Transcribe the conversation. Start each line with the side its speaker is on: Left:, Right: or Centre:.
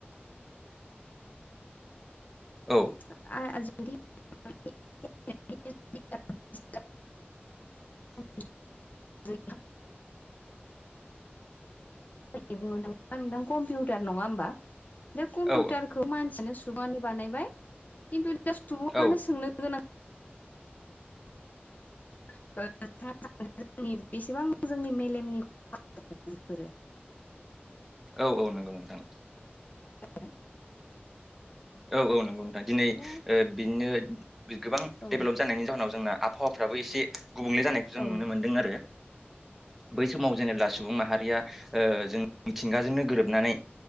Centre: औ
Left: <unintelligible>
Centre: <inaudible>
Left: <unintelligible> बुंनो थाङोबा नोंथां कम्पिउटार नङा होमबा? दा कम्पिउटारखौ
Centre: औ
Left: मानसियानो सुबुंआनो बानायबाय खिन्थु दा सुबुंआनो
Centre: औ
Left: सोंनो गोनां <unintelligible> बेसेबां जोंनि मेलेमनि <unintelligible>
Centre: औ औ नंगौ नोंथां
Left: <unintelligible>
Centre: औ औ नंगौ नोंथां दिनै
Left: दा
Centre: ओ बिदिनो गोबां
Left: औ
Centre: डेभेलप जानायनि जाहनाव जोंना आबहावाफ्राबो एसे गुबुंले जानायखौ जों
Left: औ
Centre: नुनो मोन्दों आरो बै समाव जेनेबा सुबुं माहारिया ओ जों मिथिंगाजोंनो गोरोबनानै